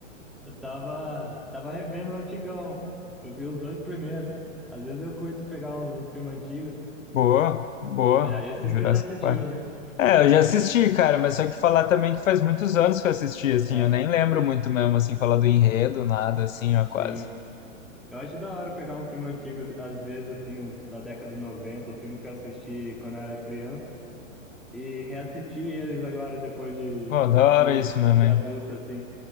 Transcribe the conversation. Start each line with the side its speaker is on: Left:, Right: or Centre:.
Centre: Eu tava, tava revendo o antigão. Eu vi os dois primeiros. Às vezes eu curto pegar um, um filme antigo.
Left: Boa, boa.
Centre: Já, esse
Left: Jurassic
Centre: você já assistiu,
Left: Park.
Centre: né?
Left: É,
Centre: Né?
Left: eu já assisti, cara, mas só que falar também que faz muitos anos que eu assisti, assim,
Centre: É,
Left: eu nem lembro muito mesmo, assim, falar do enredo, nada, assim, ó, quase.
Centre: sim. Eu acho da hora pegar um filme antigo, às vezes, assim, uns da década de 90, o filme que eu assisti quando eu era criança. e reassisti eles agora depois de,
Left: Pô, da hora
Centre: de,
Left: isso mesmo,
Centre: de
Left: hein?
Centre: adulto, assim.